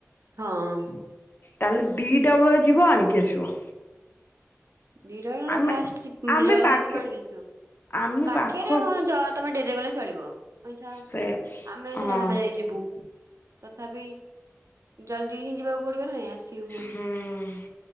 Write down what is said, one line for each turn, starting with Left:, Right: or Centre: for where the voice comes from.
Right: ହଁ।
Left: ତାହେଲେ ଦିଟା ବେଳୁଆ ଯିବ ଆଣିକି ଆସିବ।
Right: ଦିଟା ନଲେ
Left: ଆମେ
Right: ଫାଷ୍ଟ ଯ
Left: ଆମେ
Right: ଜଲ୍ଦି
Left: ପାଖେ
Right: ଯିବୁ ଆଣିକି ଆସିବୁ।
Left: ଆମେ
Right: ପାଖେରେ
Left: ପାଖ
Right: ହଁ ଯ ତମେ ଡେରିରେ ଗଲେ ଚଳିବ ଆଛା
Left: ସେ
Right: ଆମେଛା
Left: ହଁ
Right: ରାହାମା ଯାଇକ ଯିବୁ। ତଥାପି ଜଲଦି ହିଁ ଯିବାକୁ ପଡିବ ନା ନାଇଁ ଆସିବୁ ପୁଣି।
Left: ହୁଁ